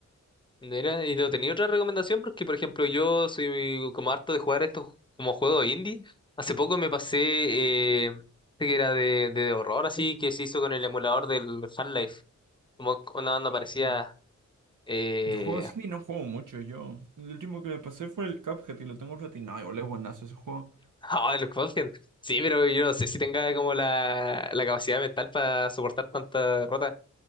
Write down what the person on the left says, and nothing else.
Mira, y no tenía otra recomendación porque, por ejemplo, yo soy como harto de jugar estos como juegos indie. Hace poco me pasé, eh, que era de, de horror, así que se hizo con el emulador del Half-Life. Como una banda
parecía.
Eh...
<laughs> ah, el Cuphead. Sí, pero yo no sé si tenga como la, la capacidad mental para soportar tanta derrota